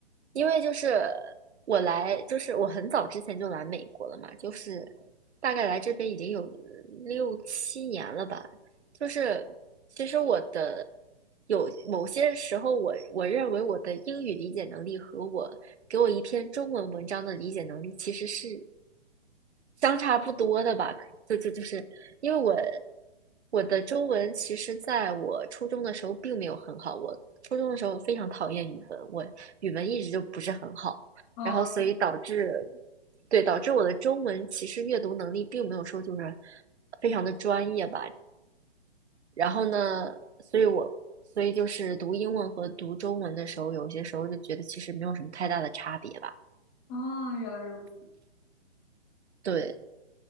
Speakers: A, on the right; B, on the left.
A: 因为就是我来，就是我很早之前就来美国了嘛，就是大概来这边已经有六七年了吧。就是其实我的有某些时候我，我认为我的英语理解能力和我给我一篇中文文章的理解能力其实是相差不多的吧，就就就是因为我我的中文其实在我初中的时候并没有很好，我初中的时候非常讨厌语文，我语文一直就不是很好，
B: 嗯，
A: 然后所以导致对导致我的中文其实阅读能力并没有说就是非常的专业吧，然后呢，所以我所以就是读英文和读中文的时候，有些时候就觉得其实没有什么太大的差别吧，
B: 哦，原来如此。
A: 对，